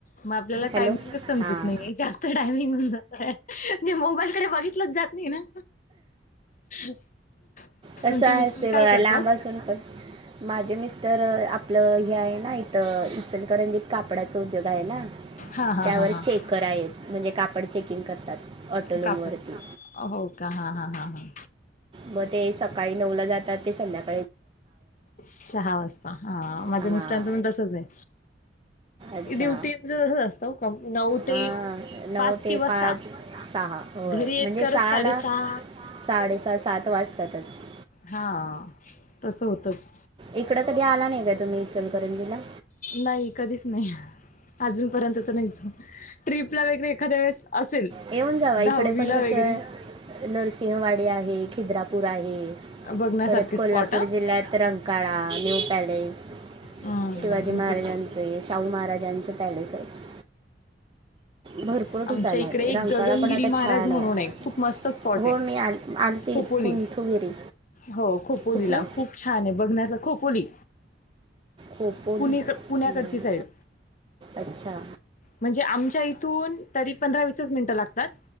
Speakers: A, on the left; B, on the right.
A: मग आपल्याला
B: हॅलो
A: टायमिंगच समजत
B: हां
A: नाही जास्त टायमिंग होऊन जात आहे म्हणजे मोबाईलकडे बघितलंच जात नाही ना. <inaudible>
B: कसं आहेस
A: मिस्टर
B: ते
A: काय
B: बघा
A: करतात
B: लांब <unintelligible> पण. माझे मिस्टर आपलं हे आहे ना इथं इचलकरंजीत कापडाचा उद्योग आहे ना
A: हां हां
B: त्यावर
A: हां हां
B: चेक आहेत म्हणजे कापड चेकिंग करतात ऑटो लूम
A: कापड
B: वरती.
A: हो का? हा, हा, हा, हा.
B: मग ते सकाळी नऊ ला जातात ते संध्याकाळी
A: सहा वाजता हा माझ्या
B: हां
A: मिस्टरांचं पण तसच आहे.
B: अच्छा
A: ड्युटीच <unintelligible> नऊ ते
B: हां नऊ
A: पाच
B: ते
A: किंवा
B: पाच
A: सहा.
B: सहा होय
A: घरी येत
B: म्हणजे
A: करत
B: सहाला
A: साडेसहा.
B: साडेसहा सात वाजतातच.
A: हा, तसं होतच.
B: इकड कधी आला नाही काय तुम्ही इचलकरंजीला?
A: नाही कधीच नाही अजूनपर्यंत तर नाहीच नाही. ट्रीपला वगैरे एखाद्या वेळेस असेल
B: येऊन जावा इकडे
A: दहावीला
B: पण कसं
A: वगैरे
B: नरसिंहवाडी आहे. खिद्रापूर आहे.
A: बघण्यासारखे
B: परत कोल्हापूर
A: स्पॉट हा
B: जिल्ह्यात रंकाळा, न्यू पॅलेस,
A: हम्म,
B: शिवाजी महाराजा
A: बघ
B: शाहू महाराजांच पॅलेस आहे. भरपूर
A: आमच्या
B: ठिकाण
A: इकडे
B: आहे.
A: एक
B: रंकाळा
A: गगनगिरी
B: पण आता
A: महाराज
B: छान
A: म्हणून
B: आहे
A: खूप मस्त स्पॉट
B: हो
A: आहे
B: मी आणती
A: खोपोली
B: कुंथुगिरी
A: हो खोपोलीला
B: कुठलं
A: खूप <unintelligible> बघण्यास खोकोली
B: खोपोली
A: पुणे पुण्याकडची
B: नाही.
A: साईड.
B: अच्छा.
A: म्हणजे आमच्या इथून तरी पंधरा वीसच मिनिटं लागतात.